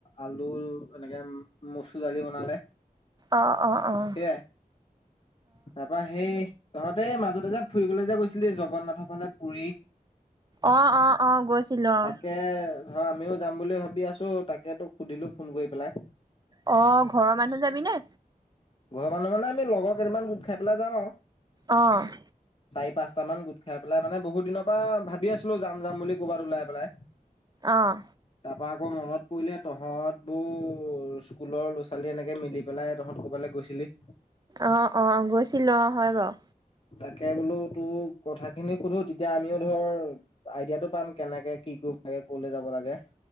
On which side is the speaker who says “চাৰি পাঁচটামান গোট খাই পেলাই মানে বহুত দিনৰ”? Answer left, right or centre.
Left